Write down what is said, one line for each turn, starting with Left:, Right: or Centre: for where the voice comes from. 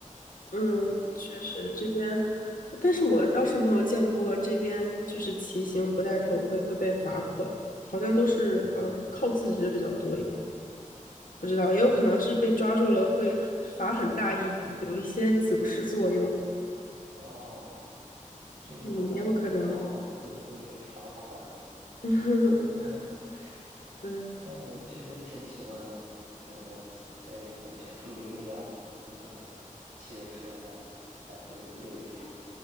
Left: 嗯，
Right: 嗯
Left: 确实这边，但是我倒是没有见过这边就是骑行不戴头盔会被罚款，好像都是好像靠自觉比较多一点。不知道，
Right: 嗯，
Left: 也有可能是被抓住了会罚很大一笔，有一些警示作用。
Right: 哦，这个我还不知道会不会罚款。
Left: 嗯，也有可能。<laughs>
Right: 嗯，<laughs>
Left: 对。
Right: 但是我确实挺喜欢，呃，在一个小树林里啊，那个骑着车来来回溜一溜。